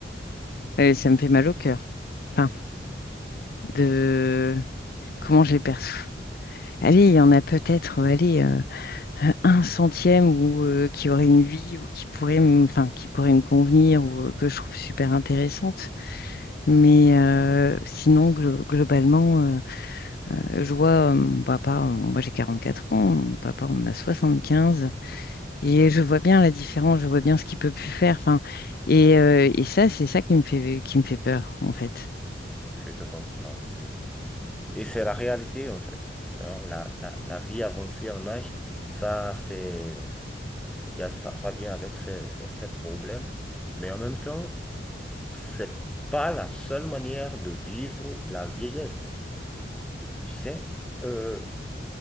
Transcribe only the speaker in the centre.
Je te comprends, oui. Et c'est la réalité en fait. Hein, La, la, la vie avancée en âge, ça, c'est, il y a- ça, ça vient avec ses, ses- ses problèmes. Mais en même temps, c'est pas la seule manière de vivre la vieillesse. Tu sais, euh,